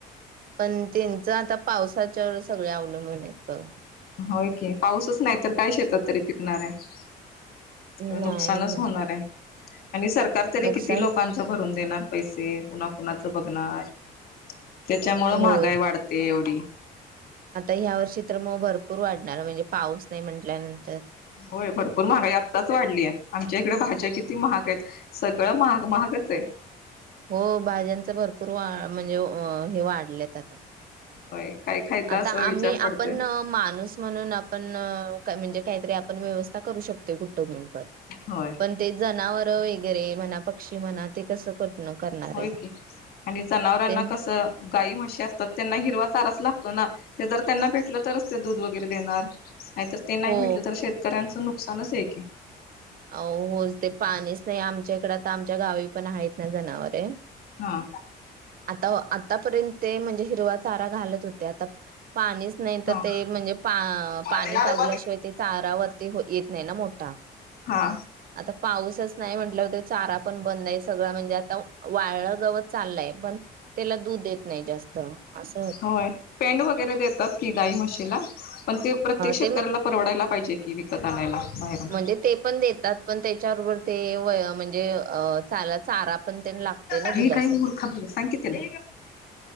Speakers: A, on the right (about 60°); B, on the left (about 65°).
A: पण त्यांच आता पावसाच्या सगळे अवलंबून <unintelligible> त
B: होय की पाऊसच नाही तर काय शेतात तरी पिकणार आहे.
A: नाही
B: नुकसानच होणार आहे. आणि सरकार तरी
A: नुकसान
B: किती लोकांचं भरून देणार. पैसे कुणा कुणाच बघणार. त्याच्यामुळ
A: होय
B: महागाई वाढते एवढी.
A: आता ह्या वर्ष तर्र म भर वाढणार म्हणजे पाऊस नाही म्हटल नंतर
B: होय भरपूर महागाई आत्ताच वाढली आहे आमच्या इकडे भाज्या किती महाग आहेत सगळं महाग महागच आहे
A: हो भाज्यांचा भरपूर वा म्हणजे हे वाढलेत आता
B: होय. काय खायचा
A: आता
B: असं विचार
A: आम्ही
B: पडतोय
A: आपण माणूस म्हणून आपण म्हणजे काहीतरी पण व्यवस्था करू शकते कुठं पण
B: होय.
A: पण ते जनावर वगैरे म्हणा पक्षी म्हणा ते कसं कटण करणार
B: होय
A: आहे
B: की आणि जनावरांना
A: ते
B: कसं गाय म्हशी असतात त्यांना हिरवा सारच लागतो ना ते जर त्यांना पेटलं तरच ते दूध वगैरे देणार नाही तर ते नाही
A: हो
B: भेटलं तर शेतकऱ्यांच नुक सनसेय की
A: अ होच ते पाणीच नाही आमच्या तकड आ आमच्या गावी पण आहेत ना जनावरे
B: हा.
A: आता आतापर्यंत ते म्हणजे हिरवा चारा घालत होते आता पाणीच नाही तर
B: हा
A: ते म्हणजे पाणी
B: हा
A: पाजल्याशिवाय ते चारावरती येत नाही ना मोठा
B: हा
A: आता पाऊसच नाही म्हंटलं होते चारा पण बंदय सगळं म्हणजे आता वाळा गवत चाललंय पण त्याला दूध देत नाही जास्त असं होत
B: होय पेंड वगैरे देतात की गाई म्हशीला? पण ते प्रत्येक शेतकऱ्याला
A: ते
B: परवडायला पाहिजे की विकत आणाय ला बाहेर
A: म्हणजे ते पण देतात पण त्याच्याबरोबर ते वय म्हणजे अ चाला चारा पण त्यांना लागतोय ना
B: <unintelligible> हे
A: दुधासाठी.
B: काही मूर्खा बाई सांग कि तिला